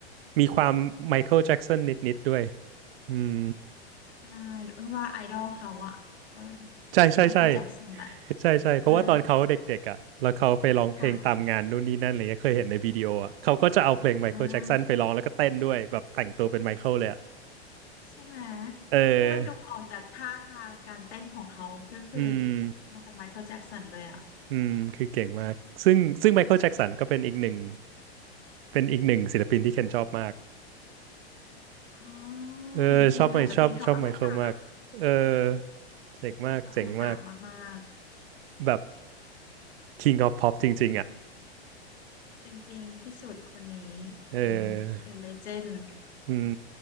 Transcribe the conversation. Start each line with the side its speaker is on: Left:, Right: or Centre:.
Right: มีความไมเคิลแจ็กสันนิดๆด้วยอืม
Left: ใช่อ้นว่าไอดอลเขาอะก็
Right: ใช่ใช่ใช่
Left: ไมเคิลแจ็คสันแหละ
Right: ใช่ใช่เพราะว่าตอนเขาเด็กๆอ่ะแล้วเขาไปร้องเพลงตามงานนู่นนี่นั่นอะไรเงี้ยเคยเห็นในวิดีโออ่ะเขาก็จะเอาเพลงไมเคิลแจ็กสันไปร้องแล้วก็เต้นด้วยแบบแต่งตัวเป็นไมเคิลเลยอ่ะ
Left: ใช่ค่ะอ่า ใช่ไหม
Right: เออ
Left: คือมันดูออกจากท่าทางการเต้นของเขา ก็คือ
Right: อืม
Left: มาจากไมเคิลแจ็กสันเลยอ่ะ
Right: อืมคือเก่งมากซึ่งซึ่งไมเคิลแจ็กสันก็เป็นอีกหนึ่งเป็นอีกหนึ่งศิลปินที่เคนชอบมาก
Left: อ๋อ
Right: เออชอบไหมชอบชอบไมเคิลมากเออ
Left: จริงค่ะ แต่เพลงเขาอมตะ
Right: เจ๋งมากเจ๋งมาก
Left: เพลงเขาอมตะมาก
Right: แบบ King of Pop จริงๆอ่ะ
Left: ๆ จริงๆ ที่สุดคนนี้เป็น
Right: เออ
Left: The Legend
Right: อืม